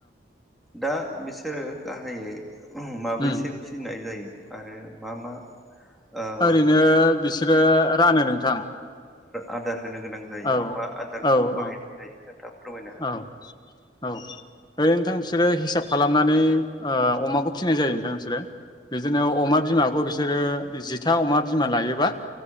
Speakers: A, in the centre; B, on the left.
A: दा बिसोरो गाह गाहायै माबैसे
B: उम
A: फिनाय जायो? आरो मा मा? ओ
B: ओरैनो बिसोरो रानो नोंथां।
A: आ दे। होनो गोनां जायो
B: औ
A: बा आदारखौ
B: औ
A: बाहायनाय <unintelligible> दा फोरमायनो हागोन
B: औ
A: नामा?
B: औ ओरै नोंथां बिसोरो हिसाब खालामनानै ओ अमाखौ फिसिनाय जायो नोंथां बिसोरो। बिदिनो अमा बिमाख अ बिसोरो जिथा अमा बिमा लायोबा